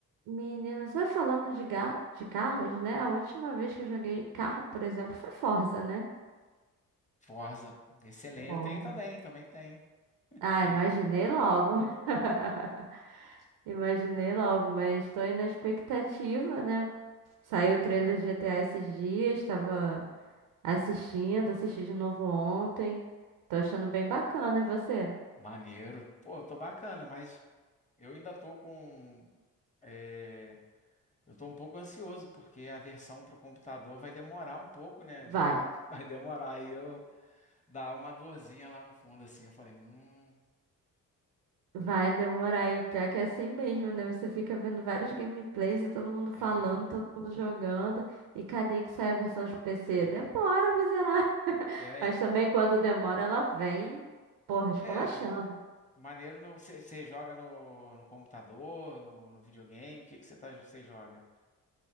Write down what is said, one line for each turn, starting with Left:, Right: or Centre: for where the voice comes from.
Right: Menino, só falando de, ga- de carros, né? A última vez que eu joguei carro, por exemplo, foi Forza, né?
Left: Forza, excelente.
Right: Forza.
Left: Eu tenho também, também tenho.
Right: Ah,
Left: Tem.
Right: imaginei logo. <laughs> Imaginei logo, mas estou aí na expectativa, né? Saiu o trailer de GTA esses dias, estava assistindo, assisti de novo ontem. Tô achando bem bacana, e você?
Left: Maneiro. Pô, tô bacana, mas eu ainda tô com. é, eu tô um pouco ansioso, porque a versão pro computador vai demorar um pouco, né?
Right: Vai.
Left: Já <laughs> Vai demorar. Aí eu dá uma dorzinha lá no fundo, assim. Eu falei, hum,
Right: Vai demorar e o pior é que é assim mesmo, né? Você fica vendo vários gameplays e todo mundo falando,
Left: é,
Right: todo mundo jogando. E cadê que sai a versão de PC?
Left: é.
Right: Demora, miserável. <laughs>
Left: É,
Right: Mas
Left: e-
Right: também quando demora, ela vem, porra, esculachando.
Left: é maneiro. Você joga no, no computador, no, no videogame? O que que você tá, você joga?